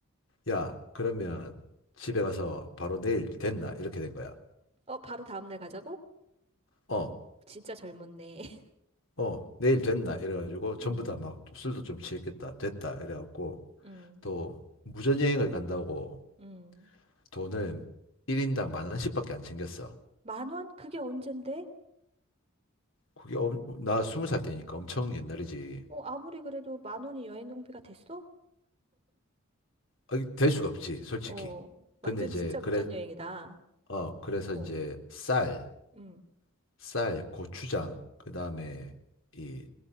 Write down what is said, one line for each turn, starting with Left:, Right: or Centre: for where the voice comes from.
Left: 야, 그러면 집에 가서 바로 내일 됐나? 이렇게 된 거야.
Right: 어, 바로 다음날 가자고?
Left: 어,
Right: 진짜 젊었네. <laughs>
Left: 어, 내일 됐나? 이래가지고 전부
Right: 음,
Left: 다 막 술도 좀 취했겠다. 됐다. 이래갖고
Right: 음,
Left: 또 무전여행을 간다고
Right: 음.
Left: 돈을 1인당 만 원씩밖에 안 챙겼어.
Right: 만 원? 그게 언젠데?
Left: 그게 엄, 나 스무 살 때니까 엄청 옛날이지.
Right: 어, 아무리 그래도 만 원이 여행 경비가 됐어?
Left: 아, 이게 될 수가 없지, 솔직히.
Right: 어, 완전
Left: 근데 이제
Right: 진짜 무전여행이다.
Left: 그래 어 그래서
Right: 어,
Left: 이제 쌀,
Right: 음,
Left: 쌀, 고추장, 그다음에 이